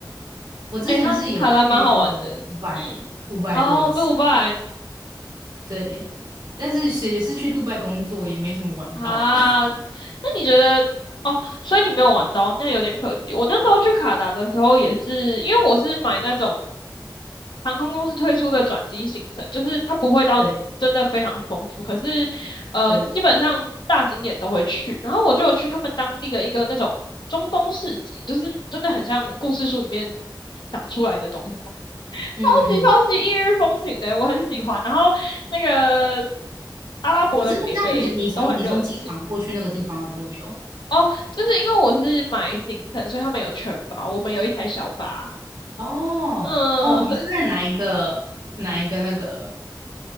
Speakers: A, on the right (about 60°); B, on the left (about 70°).
A: 我之前是有去那个杜拜，
B: 诶，看卡达蛮好玩的，嗯，
A: 杜拜过一次，
B: 哦，杜拜
A: 对，但是是也是去杜拜工作，也没什么玩到。
B: 啊，
A: <laughs>
B: 那你觉得？哦，所以你没有玩到，那有点可惜。我那时候去卡达的时候也是，因为我是买那种航空公司推出的转机行程，就是它不会到真的非常丰富，
A: 对
B: 可是呃，
A: 对，
B: 基本上大景点都会去。然后我就有去他们当地的一个那种中东市集，就是真的很像故事书里面讲出来的东西，超级超级异域风情的，
A: 嗯，
B: 我很喜欢。然后那个阿拉伯的北北都很热情
A: 可是那这样子，你从你从机场过去那个地方要多久？
B: 哦，就是因为我是买行程，所以他们有全包，我们有一台小巴。
A: 哦哦，
B: 嗯，
A: 你是在哪一个哪一个那个
B: 是。